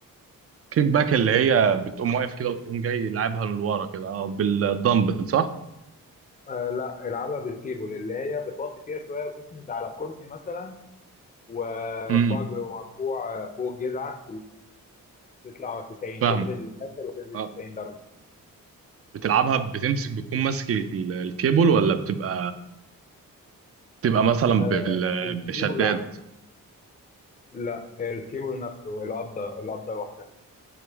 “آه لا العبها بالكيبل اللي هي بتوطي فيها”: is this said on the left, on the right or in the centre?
Left